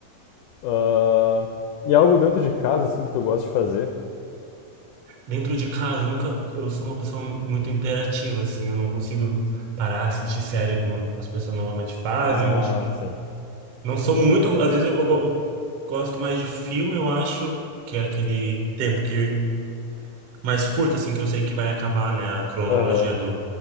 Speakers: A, on the left (about 85°); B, on the right (about 70°).
A: Ah, e algo dentro de casa, assim, que tu gosta de fazer?
B: Dentro de casa, eu nunca, eu sou uma pessoa muito imperativa, assim, eu não consigo parar, assistir série como as pessoas normalmente fazem,
A: Ah,
B: eu acho que
A: sim.
B: não sou muito, às vezes eu, eu go- eu gosto mais de filme, eu acho, que é aquele tempo que mais curto, assim, que eu sei que vai acabar, né, a cronologia
A: Aham.
B: do,